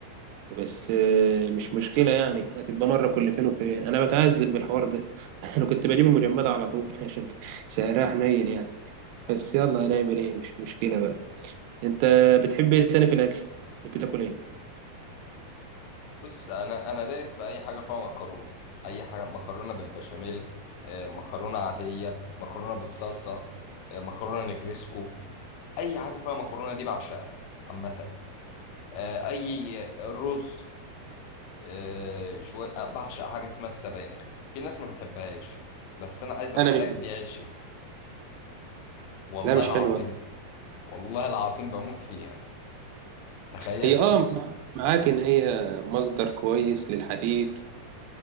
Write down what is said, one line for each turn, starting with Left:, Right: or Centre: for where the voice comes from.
Right: بس آه، مش مشكلة يعني هتبقى مرة كل فين وفين أنا بتعذب بالحوار ده <laughs> أنا كنت بجيب المجمدة على طول <laughs> عشان سعرها حنين يعني بس يلا هنعمل إيه مش مشكلة بقى أنت بتحب إيه تاني في الأكل؟ بتحب تاكل إيه؟
Left: بص انا انا دايس في اي حاجه فيها مكرونه اي حاجه مكرونه بالبشاميل آه، مكرونه عاديه مكرونه بالصلصه آه، مكرونه نجريسكو اي حاجه فيها مكرونه دي بعشقها عامه آه، اي رز آه، شوية آه، بعشق حاجة اسمها السبانخ في ناس ما بتحبهاش بس أنا عايز أقول
Right: أنا منك
Left: لك دي عشقي والله
Right: لا مش
Left: العظيم
Right: حلوة
Left: والله العظيم بموت فيها تخيل
Right: هي اه معاك ان هي مصدر كويس للحديد